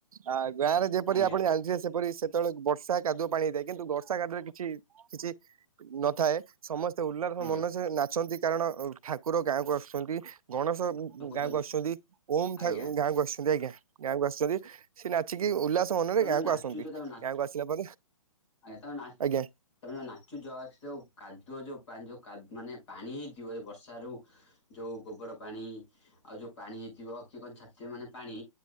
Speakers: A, on the right; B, on the left.
A: ଆ ଗାଁ ରେ ଯେପରି
B: ଆଜ୍ଞା
A: ଆପଣ ଜାଣିଥିବେ ସେପରି ସେ ଯେତେବେଳେ ବର୍ଷା କାଦୁଅ ପାଣି ହେଇଥାଏ କିନ୍ତୁ ବର୍ଷା କାଦୁଅରେ କିଛି କିଛି ନ ଥାଏ ସମସ୍ତେ ଉଲ୍ଲାସ
B: ଆଜ୍ଞା
A: ମନ ଇଚ୍ଛା ନାଚନ୍ତି କାରଣ ଅ ଠାକୁର ଗାଁକୁ ଆସୁଛନ୍ତି ଗଣେଶ ଉଁ ଉଁ
B: କହୁଛନ୍ତି
A: ଗାଁକୁ ଆସୁଛନ୍ତି ଓମ୍ ଠା
B: ଆଜ୍ଞା
A: ଉ ଗାଁ କୁ ଆସୁଛନ୍ତି ଆଜ୍ଞା ଗାଁକୁ ଆସୁଛନ୍ତି ସେ ନା ଚିକି କି ଉଲ୍ଲାସ ମନରେ
B: ତମେ
A: ଗାଁକୁ
B: ଯୋଉ ନାଚୁଛ
A: ଆସନ୍ତି।
B: ତମେ ନାଚ
A: ଗାଁକୁ
B: ଆଜ୍ଞା
A: ଆସିଲା ପରେ
B: ତମେ ନା
A: ଆଜ୍ଞା
B: ତମେ ନାଚୁଛ ସେ ଯୋଉ କାଦୁଅ ଯୋଉ ପା ଯୋଉ କା ମାନେ ପାଣି ହେଇଥିବ ଏ ବର୍ଷା ରୁ। ଯଉ ଗୋବର ପାଣି ଆଉ ଯଉ ପାଣି ହେଇଥିବ କିଏ କଣ ଛାଡ଼ିଥିବ ମାନେ ପାଣି।